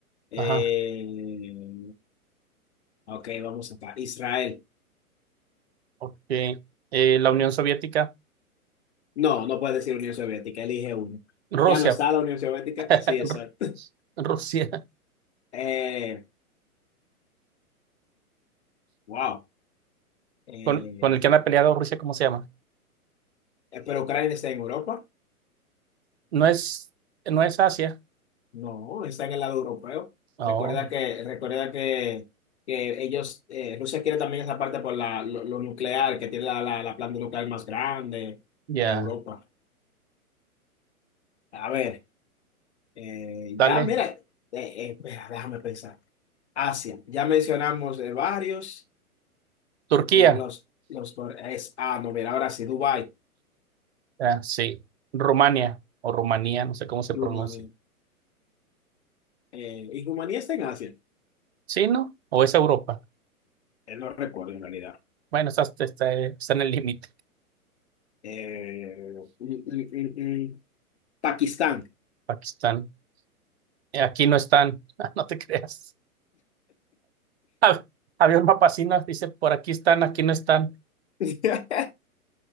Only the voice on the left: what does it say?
Eh,
ok, vamos acá. Israel.
No, no puedes decir Unión Soviética, elige uno.
Ya no está la Unión Soviética.
Sí, exacto.
<laughs>
Eh, wow. Eh,
eh, pero Ucrania está en Europa.
No, está en el lado europeo.
Recuerda que, recuerda que, que ellos, eh, Rusia quiere también esa parte por la, lo, lo nuclear, que tiene la, la, la planta nuclear más grande
de Europa. A ver, eh,
ya mira, eh, eh, espera, déjame pensar. Asia, ya mencionamos de varios,
por los, los, por- es, ah, no, mira, ahora sí, Dubái,
Rumanía. Eh, ¿y Rumanía está en Asia?
Eh, no recuerdo en realidad.
Eh, mm, mm, mm, mm, Pakistán.
<laughs>